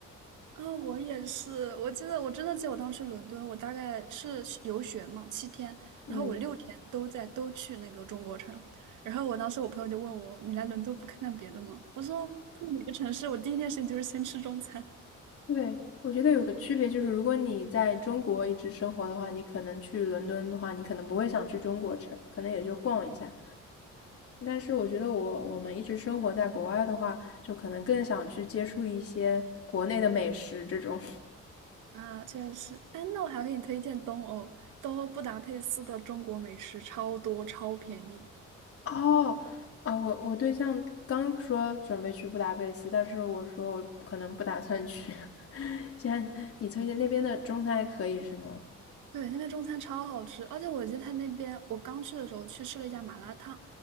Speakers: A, on the right; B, on the left.
A: 啊，我也是。我记得，我真的记得我当时伦敦，我大概是游学嘛，七天，
B: <laughs> 嗯。
A: 然后我六天都在都去那个中国城。然后我当时我朋友就问我，你来伦敦不看看别的吗？我说到哪个城市，我第一件事情就是先吃中餐
B: 对，我觉得有个区别就是，如果你在中国一直生活的话，你可能去伦敦的话，你可能不会想去中国城，可能也就逛一下。但是我觉得我我们一直生活在国外的话，就可能更想去接触一些国内的美食这种。
A: <laughs> 啊，确实。哎，那我还给你推荐东欧，东欧布达佩斯的中国美食超多，超便宜。
B: <laughs> 哦，啊，我我对象刚说准备去布达佩斯，但是我说我可能不打算去。<laughs> 既然你推荐那边的中餐还可以是吗？
A: 对，那边中餐超好吃，而且我记得他那边，我刚去的时候去吃了一家麻辣烫，